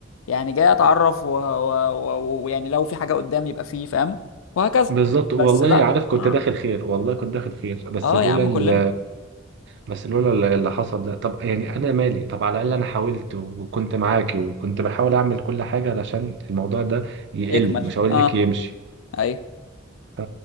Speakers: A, on the left; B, on the right.
A: يعني جاي اتعرف ويعني و... و... و- ويعني لو في حاجه قدامي يبقى فيه فاهم وهكذا
B: بالظبط والله
A: بس لا
B: عارف كنت
A: اه
B: داخل خير والله كنت داخل خير بس
A: اه
B: لولا
A: يا عم
B: ال...
A: كلنا
B: بس لولا ال- اللي حصل ده طب يعني انا مالي طب على الاقل انا حاولت وكنت معاكي وكنت بحاول اعمل كل حاجه علشان الموضوع ده يقل
A: يكمل
B: مش هقول
A: اه
B: لك يمشي
A: ايوه
B: ف-